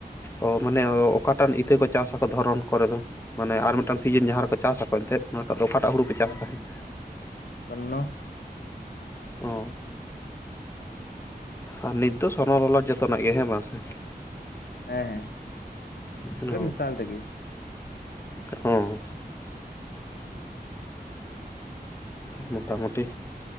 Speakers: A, on the left; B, on the left.
A: ᱚ ᱢᱟᱱᱮ ᱚ ᱚᱠᱟᱴᱟᱜ ᱤᱛᱟᱹ ᱠᱚ ᱪᱟᱥᱟᱠᱚ ᱫᱷᱚᱨᱚᱱ ᱠᱚᱨᱮ ᱫᱚ ᱢᱟᱱᱮ ᱟᱨ ᱢᱤᱫᱴᱟᱱ ᱥᱤᱡᱤᱱ ᱡᱟᱦᱟᱸ ᱨᱮᱠᱚ ᱪᱟᱥᱟᱠᱚ ᱮᱱᱛᱮᱫ ᱚᱱᱟᱴᱟᱜ ᱫᱚ ᱚᱠᱟᱴᱟᱜ ᱦᱩᱲᱩ ᱯᱮ ᱪᱟᱥ
B: ᱦᱮᱸ
A: ᱛᱟᱸᱦᱮᱫ?
B: ᱥᱚᱨᱱᱚ
A: ᱚᱻ ᱟᱨ ᱱᱤᱛ ᱫᱚ ᱥᱚᱨᱱᱚ ᱞᱚᱞᱟᱴ ᱡᱚᱛ ᱡᱚᱛᱚᱱᱟᱜ ᱜᱮ ᱦᱮᱸ ᱢᱟ ᱥᱮ
B: ᱦᱮᱸ
A: ᱚ
B: ᱦᱮᱸ ᱢᱮᱛᱟᱞ ᱛᱮᱜᱮ
A: ᱦᱚᱸ ᱢᱚᱴᱟᱢᱩᱴᱤ